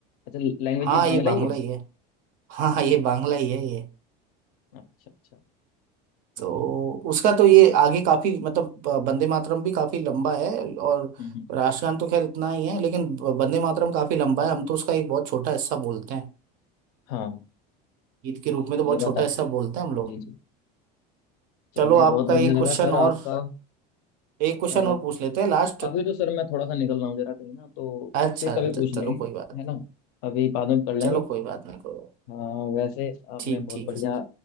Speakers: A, on the left (about 60°); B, on the right (about 40°).
A: अच्छा लैंग्वेज
B: हाँ
A: ये बांग्ला
B: ये बांग्ला
A: ही है
B: ही है हाँ हाँ ये
A: अच्छा
B: बांग्ला ही है ये
A: अच्छा अच्छा
B: तो उसका तो ये
A: चलो।
B: आगे काफी मतलब अ, वंदे मातरम भी काफी लंबा है और
A: हम्म हम्म।
B: राष्ट्रगान तो खैर इतना ही है लेकिन ब- वंदे मातरम काफी लंबा है हम तो उसका एक बहुत छोटा हिस्सा बोलते हैं
A: हाँ
B: गीत के रूप में तो बहुत
A: ये
B: छोटा
A: बात आप
B: हिस्सा
A: सही कह
B: बोलते हैं हम लोग
A: जी जी चलिए
B: चलो
A: बहुत
B: आपका
A: बढ़िया
B: एक
A: लगा
B: क्वेश्चन
A: सर
B: और
A: आपका
B: एक क्वेश्चन
A: अ,
B: और पूछ लेते हैं लास्ट
A: अभी तो सर मैं थोड़ा सा निकल रहा हूँ जरा कहीं ना तो
B: अच्छा
A: फिर कभी
B: अच्छा
A: पूछ लेंगे
B: चलो कोई बात
A: है ना अभी बाद में कर लेंगे
B: चलो कोई बात नहीं कोई बात
A: हाँ वैसे आपने
B: ठीक
A: बहुत
B: ठीक
A: बढ़िया
B: है सर